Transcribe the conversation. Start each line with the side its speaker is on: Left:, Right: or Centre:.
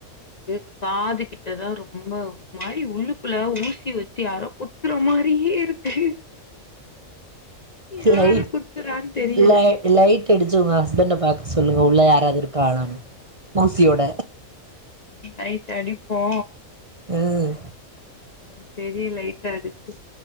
Left: அது காது கிட்டதா ரொம்ப ஒரு மாதிரி உள்ளுக்குள்ள ஊசி வச்சு யாரோ குத்துற மாதிரியே இருக்கு யாரு
Right: லை
Left: குத்துறான்னு தெரியல
Right: லை லைட் அடிச்சு உங்க ஹஸ்பண்ட பாக்க சொல்லுங்க உள்ள யாராவது இருக்காளானு மோசியோட
Left: நைட் அடிப்போ
Right: உம்
Left: பெரிய லைட்டாடுச்சு